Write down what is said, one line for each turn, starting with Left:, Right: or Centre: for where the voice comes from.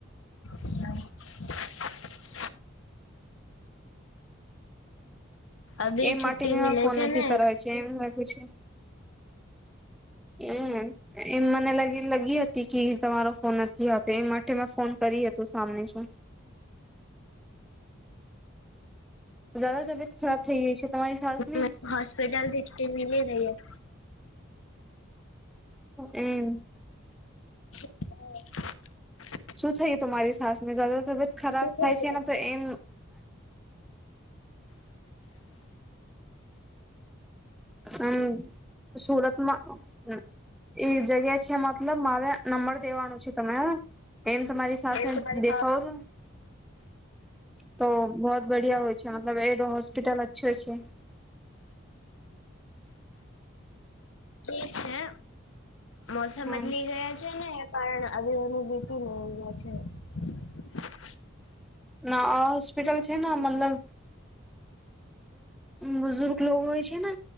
Left: ના <inaudible> અભી
Centre: એ માટે
Left: છુટ્ટી
Centre: બીમાં
Left: મિલે
Centre: ફોન
Left: છે
Centre: નથી
Left: ને
Centre: ક છે એમ લાગે છે. એ એમ મને લાગી લગી લગી હતી કે તમારો ફોન નથી આવતો એ માટે મેં ફોન કરી હતો સામનેથી. જ્યાદા તબિયત ખરાબ થઈ ગઈ છે. તમારી સાસની
Left: મને હોસ્પિટલથી જ ટીમ મળી. <inaudible>
Centre: એમ?
Left: હા.
Centre: શું થયું તમારી સાસને જ્યાદા તબિયત ખરાબ
Left: શું થયું
Centre: થાય છેને તો એમ હમ સુરતમાં હ એક જગ્યા છે મતલબ મારે નંબર દેવાનું છે તમે હ. એમ તમારી સા
Left: એ તમારી
Centre: દેખાવો છો તો બહુત બધિયા હોય છે મતલબ એડ હોસ્પિટલ અચ્છો છે.
Left: એ છે. મોસમ
Centre: હા
Left: બદલી ગયા છે ને. કારણ આજે મારુ <inaudible>
Centre: ના આ હોસ્પિટલ છેને મતલબ બુઝુર્ગ લોકો હોય છે, ને